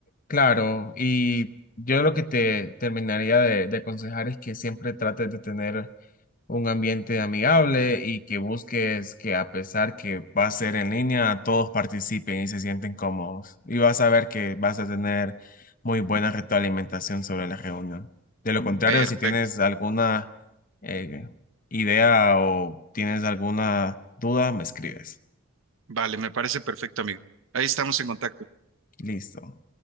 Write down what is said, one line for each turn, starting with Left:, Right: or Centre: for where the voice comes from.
Left: Claro, y yo lo que te terminaría de, de aconsejar es que siempre trates de tener un ambiente amigable y que busques que a pesar que va a ser en línea, todos participen y se sienten cómodos. Y vas a ver que vas a tener muy buena retroalimentación sobre la reunión. De lo contrario,
Right: Perfecto.
Left: si tienes alguna eh, idea o tienes alguna duda, me escribes.
Right: Vale, me parece perfecto, amigo. Ahí estamos en contacto.
Left: Listo.